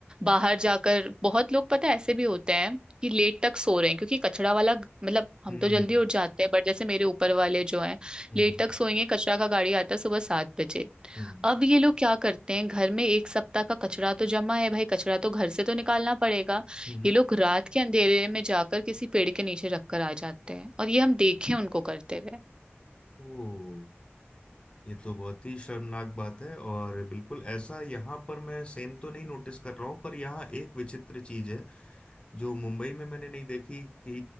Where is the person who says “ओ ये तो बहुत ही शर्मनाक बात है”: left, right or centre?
Left